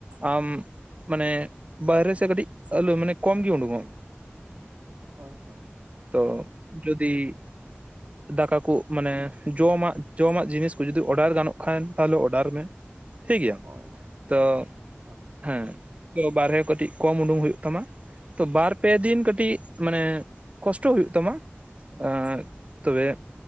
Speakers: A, on the right (about 30°); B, on the right (about 70°).
A: ᱟᱢ ᱢᱟᱱᱮ ᱵᱟᱦᱨᱮ ᱥᱮᱜ ᱠᱟᱹᱴᱤᱡ ᱟᱞᱚ ᱢᱟᱱᱮ ᱠᱚᱢ ᱜᱤ ᱩᱰᱩᱝᱚᱜ
B: ᱦᱚᱭ ᱦᱚᱭ ᱾
A: ᱛᱚ ᱡᱩᱫᱤ ᱫᱟᱠᱟ ᱠᱩ ᱢᱟᱱᱮ ᱡᱚᱢᱟᱜ ᱡᱚᱢᱟᱜ ᱡᱤᱱᱤᱥ ᱠᱚ ᱡᱩᱫᱤ ᱚᱰᱟᱨ ᱜᱟᱱᱚᱜ ᱠᱷᱟᱱ ᱛᱟᱦᱚᱞᱮ ᱚᱰᱟᱨ ᱢᱮ ᱾ ᱴᱷᱤᱠ ᱜᱮᱭᱟ
B: ᱦᱳᱭ ᱦᱳᱭ
A: ᱛᱚ
B: ᱦᱳᱭ
A: ᱦᱮᱸ ᱛᱚ ᱵᱟᱨᱦᱮ ᱠᱟᱹᱴᱤᱡ ᱠᱚᱢ ᱩᱸᱰᱩᱠ ᱦᱩᱭᱩᱜ ᱛᱟᱢᱟ ᱛᱚ ᱵᱟᱨ ᱯᱮ ᱫᱤᱱ ᱠᱟᱹ ᱴᱤᱡ ᱢᱟᱱᱮ ᱠᱚᱥᱴᱚ ᱦᱩᱭᱩᱜ ᱛᱟᱢᱟ ᱟᱹᱻ ᱛᱚᱵᱮ